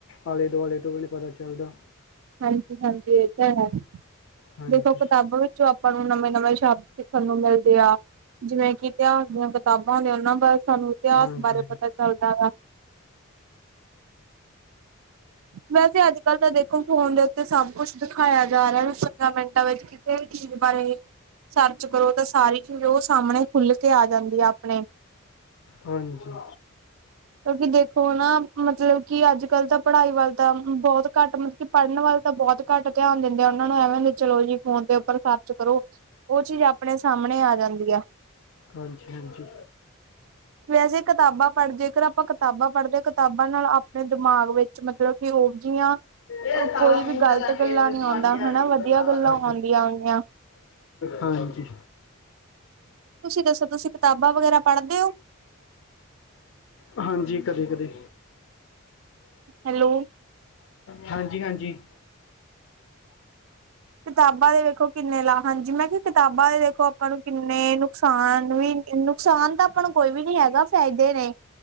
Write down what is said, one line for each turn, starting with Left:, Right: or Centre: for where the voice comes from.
Left: ਆਲੇ ਦੁਆਲੇ ਤੋਂ ਵੀ ਨੀ ਪਤਾ ਚੱਲਦਾ।
Right: ਹਾਂਜੀ-ਹਾਂਜੀ, ਏ ਤਾਂ ਹੈ
Left: ਹਾਂਜੀ
Right: ਦੇਖੋ ਕਿਤਾਬਾਂ ਵਿੱਚ ਜੋ ਆਪਾਂ ਨੂੰ ਨਵੇਂ-ਨਵੇਂ ਸ਼ਬਦ ਸਿੱਖਨ ਨੂੰ ਮਿਲਦੇ ਆ। ਜਿਵੇਂ ਕਿ ਇਤਿਹਾਸ ਦੀਆਂ ਕਿਤਾਬਾਂ ਹੁੰਦੀਆ, ਉਨਾਂ ਬਾਰੇ ਸਾਨੂੰ ਇਤਿਹਾਸ
Left: ਹਾਂਜੀ
Right: ਬਾਰੇ ਪਤਾ ਚੱਲਦਾ ਵਾ। ਵੈਸੇ ਅੱਜ-ਕੱਲ੍ਹ ਤਾਂ ਦੇਖੋ ਫੋਨ ਦੇ ਉੱਤੇ ਸਭ ਕੁਛ ਦਿਖਾਇਆ ਜਾ ਰਆ ਵੇ ਮਿੰਟਾਂ ਵਿੱਚ ਕਿਸੇ ਵੀ ਚੀਜ਼ ਬਾਰੇ? ਸਰਚ ਕਰੋ, ਤਾਂ ਸਾਰੀ ਚੀਚ ਉ ਸਾਮਣੇ ਖੁੱਲ ਕੇ ਆ ਜਾਂਦੀ ਆ, ਆਪਣੇ।
Left: ਹਾਂਜੀ।
Right: ਕਿਉਂਕਿ ਦੇਖੋ, ਨਾ ਮਤਲਬ ਕਿ ਅੱਜ-ਕੱਲ੍ਹ ਤਾਂ ਪੜ੍ਹਾਈ ਵੱਲ ਤਾਂ ਬੋਤ ਘੱਟ ਮਤਲਬ, ਕਿ ਪੜ੍ਹਨ ਵੱਲ ਤਾਂ ਬੋਤ ਘੱਟ ਧਿਆਨ ਦਿੰਦੇ ਆ, ਉਨਾਂ ਨੂੰ ਐਵੇਂ ਹੁੰਦੇ ਚਲੋ ਜੀ, ਫੋਨ ਦੇ ਉੱਪਰ ਸਰਚ ਕਰੋ, ਉ ਚੀਜ਼ ਆਪਣੇ ਸਾਮਣੇ ਆ ਜਾਂਦੀ ਆ।
Left: ਹਾਂਜੀ-ਹਾਂਜੀ।
Right: ਵੈਸੇ ਕਿਤਾਬਾਂ ਪੜ੍ਹ ਜੇਕਰ ਆਪਾਂ ਕਿਤਾਬਾਂ ਪੜ੍ਹਦੇ ਕਿਤਾਬਾਂ ਨਾਲ ਆਪਣੇ ਦਿਮਾਗ ਵਿੱਚ ਮਤਲਬ ਕਿ ਹੋ ਗਿਆਂ
Left: ਇਹ ਸਾਰਾ
Right: ਕੋਈ
Left: ਫੂਡ
Right: ਵੀ ਗ਼ਲਤ
Left: ਦਾ ਲੰਗੇ
Right: ਗੱਲਾਂ ਨੀ ਆੳਂਦਾ
Left: ਭਾਂਡੇ ਦਾ
Right: ਹਨਾ,
Left: ਲਿੱਤਰ
Right: ਵਧੀਆ
Left: ਵਾਲਾ
Right: ਗੱਲਾਂ ਆਉਂਦੀ ਆ ਗੀਆਂ।
Left: ਹਾਂਜੀ।
Right: ਤੁਸੀਂ ਦੱਸੋ ਤੁਸੀਂ ਕਿਤਾਬਾਂ ਵਗੈਰਾ ਪੜ੍ਹਦੇ ੳ?
Left: ਹਾਂਜੀ, ਕਦੇ-ਕਦੇ।
Right: ਹੈਲੋ
Left: ਹਾਂਜੀ-ਹਾਂਜੀ।
Right: ਕਿਤਾਬਾਂ ਦੇ ਵੇਖੋ, ਕਿੰਨੇ ਲਾ ਹਾਂਜੀ ਮੈਂ ਕਿਹਾ ਕਿਤਾਬਾਂ ਦੇ ਵੇਖੋ, ਆਪਾਂ ਨੂੰ ਕਿੰਨੇ ਨੁਕਸਾਨ ਵੀ ਨੁਕਸਾਨ ਤਾਂ ਆਪਾਂ ਕੋਈ ਵੀ ਨੀ ਹੈਗਾ, ਫਾਇਦੇ ਨੇ